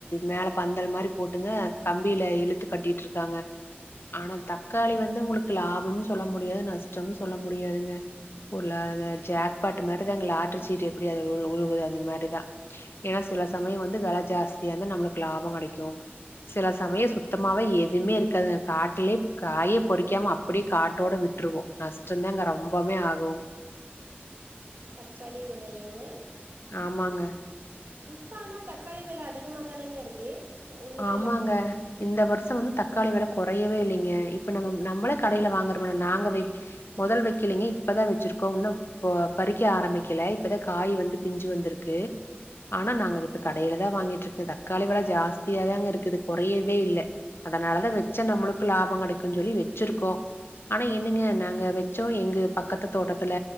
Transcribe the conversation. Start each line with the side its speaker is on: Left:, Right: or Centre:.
Left: மேல பந்தல் மாரி போட்டுங்க கம்பியில இழுத்து கட்டிட்டு இருக்காங்க ஆனா தக்காளி வந்து உங்களுக்கு லாபோனு சொல்ல முடியாது நஷ்டோனு சொல்ல முடியாதுங்க உருல அத ஜாக்பட்டு மாரிதாங்க லாட்டரி சீட்டு எப்டி அது உ உழுகுது அந்த மாரிதா ஏன்னா சில சமயோ வந்து வில ஜாஸ்தியா இருந்த நம்மளுக்கு லாபோ கெடைக்கு சில சமயோ சுத்தமாவே எதுவுமே இருக்காது காட்டுலயே காய பொறிக்காம அப்டியே காட்டோட விட்டுருவோ நஷ்டோதாங்க ரொம்பமே ஆகு
Right: தக்காளி விலையேங்க
Left: ஆமாங்க
Right: இஸ் ஆனா தக்காளி வில அதிகமா தானேங்க இருக்கு உங்களுக்கு
Left: ஆமாங்க
Right: ல
Left: இந்த வர்ஷோ வந்து தக்காளி வில குறையவே இல்லைங்க இப்ப நம்ம நம்மளே கடையில் வாங்கிறோம்னா நாங்க வைக் முதல் வைக்கலீங்க இப்பதா வச்சிருக்கோ இன்னு இப்போ பறிக்க ஆரம்பிக்கல இப்பதா காய் வந்து பிஞ்சு வந்துருக்கு ஆனா நாங்க இப்ப கடையில தா வாங்கிட்டுக்கு தக்காளி வேல ஜாஸ்தியாதாங்க இருக்குது குறையவே இல்ல அதனாலதா வச்சா நம்மளுக்கு லாபம் கெடைக்குன்னு சொல்லி வச்சிருக்கோ ஆனா என்னங்க நாங்க வச்சோ எங்க பக்கத்து தோட்டத்துல